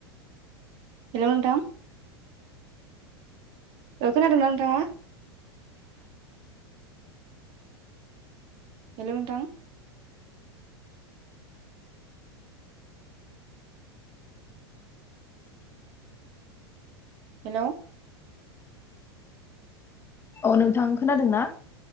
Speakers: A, on the right; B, on the left.
A: हेल' नोंथां औ खोनादोंना नोंथाङा हेल' नोंथां हेलौ
B: औ नोंथां खोनादों ना